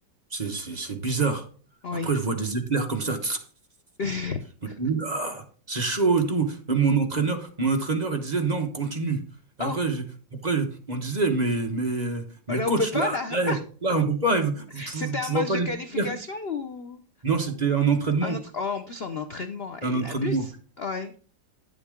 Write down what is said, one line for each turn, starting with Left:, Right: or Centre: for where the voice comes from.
Right: c'est, c'est, c'est bizarre.
Left: Oui.
Right: Après, je vois des éclairs comme ça.
Left: <laughs>
Right: Je me dis, oula, c'est chaud et tout. Même mon entraîneur, mon entraîneur, il disait, non, on continue. Après,
Left: Oh,
Right: je- après, on disait, mais, mais, mais
Left: là,
Right: coach,
Left: on peut pas,
Right: là,
Left: là.
Right: là, là, on peut pas, tu,
Left: <laughs> C'était un
Right: tu
Left: match
Right: vois pas
Left: de
Right: les
Left: qualification
Right: éclairs.
Left: ou
Right: Non, c'était un entraînement,
Left: un autre? Oh, en plus, en entraînement, eh,
Right: un entraînement.
Left: il abuse. Ouais.